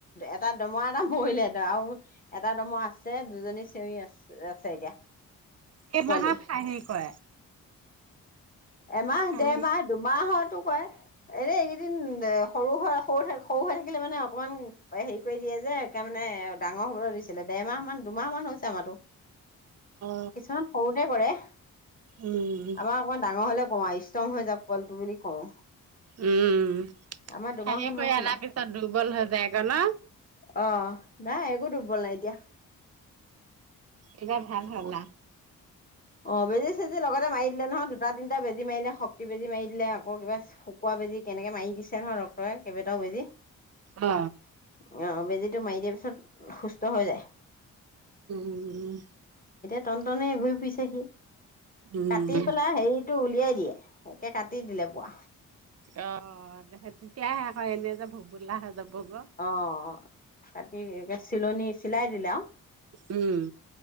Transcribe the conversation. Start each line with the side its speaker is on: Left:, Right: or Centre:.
Left: এটা দমৰা এটা মৰিলেহঁ আৰু এটা দমৰা আঁ যে দুজনী চেঞৰি আছে আছে এতিয়া
Right: এই
Left: পোৱালি
Right: মাহত খাহি কৰে
Left: এমাহ
Right: খাহী
Left: দেৰমাহ দুমাহত টো কয় এনে এইকেইদিন সৰু হৈ সৰু থ সৰু হৈ থাকিলে মানে অকণমান হেৰি কৰি দিয়ে যে একে মানে ডাঙৰ হবলৈ দিছিলে দেেৰমাহ মান দুমাহ মান হৈছে আমাৰো
Right: অ
Left: কিছুমান সৰুতে কৰে
Right: উম
Left: আমাৰ অকণমান ডাঙৰ হলে কওঁ আৰু ষ্ট্ৰং হৈ যাকওঁক কলটো বুলি কওঁ
Right: উম
Left: আমাৰ দুমাহমান
Right: খাহে কৰি
Left: হৈছিলে
Right: অনাৰ পিছত দুৰ্বল হৈ যায় গ ন
Left: আহ নাই একো দুৰ্বল নাই এতিয়া
Right: এ ভাল হল
Left: অঁ বেজ যে লগতে মাৰি দিলে নহয় ক বে দি ম এনে শক্তি বেজী মাৰি দে আকৌ কিবা শুকুৱোৱা বেজি কেনেকে মাৰি দিছে নহয় ডক্তৰে কেইটাও বেজি
Right: অ
Left: অ বেজিটো মাৰি দিয়া পিছত সুস্থ হৈ যায়
Right: উম উ উম
Left: টনটনে হৈৰি ফুছে
Right: উম
Left: কাটি পেলাই হেৰি উলিয়াই দিয়ে তকে কাটি দিলে বোৱা
Right: অ দে তেতিয়ে আকৌ এনে যে ভগবোললা হৈ যাব গ
Left: অ অ কাটি চিলনী চিলাইৰিল
Right: উম